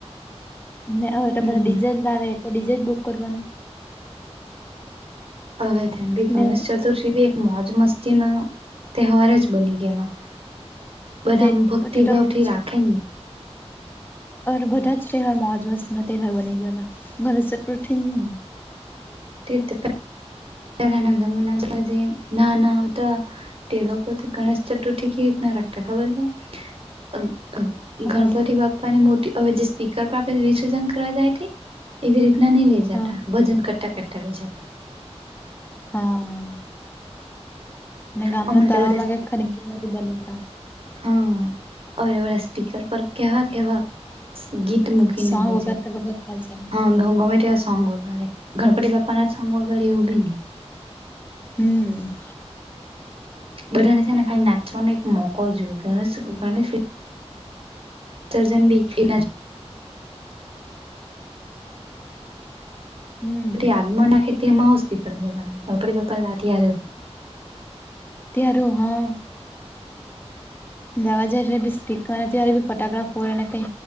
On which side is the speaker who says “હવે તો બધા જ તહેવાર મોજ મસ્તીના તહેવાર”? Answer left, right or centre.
Left